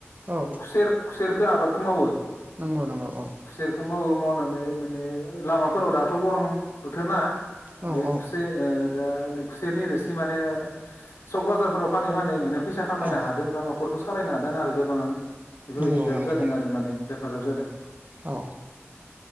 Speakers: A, on the right; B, on the left.
A: औ
B: खुसेर खुसेरखौ आबादखौ मावो
A: नंगौ नंगौ औ
B: खुसेरखौ मावो मावनानै माने लामाफोराव दाथ' गरम बोथोरना
A: औ
B: बे
A: औ
B: खुसेर ओ दा नै खुसेरनि रोसि माने सक बाजारफोराव फानै फानै माने फैसा खामायनो
A: औ
B: हादों बा न'खरखौ सालायनो हादों आरो गोबाङानो बेफोरबायदि
A: नंगौ
B: हेल्प
A: नंगौ
B: जादों आरो माने हेफाजाब जादों
A: अ